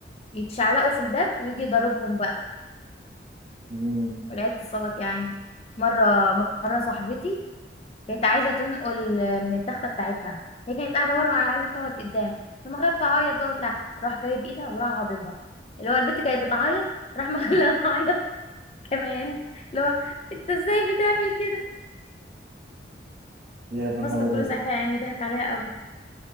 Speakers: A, on the left; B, on the right.
A: يتشعلقوا في الباب ويجي يضربهم بقى
B: مم.
A: والعيال تصوت يا عيني مرة مرة صاحبتي كانت عايزة تنقل آه، من التختة بتاعتها هي كانت قاعدة ورا وعايزة عايزة تقعد قدام فمن غير تعيط بقى وبتاع راح جايب ايدها وراح عاضدها اللي هو البت كانت بتعيط راح مخليها <laughs> تعيط كمان اللي هو انت ازاي بتعمل كده
B: يا نهار
A: فصل
B: أبيض
A: كله ساعتها يعني ضحك عليها قوي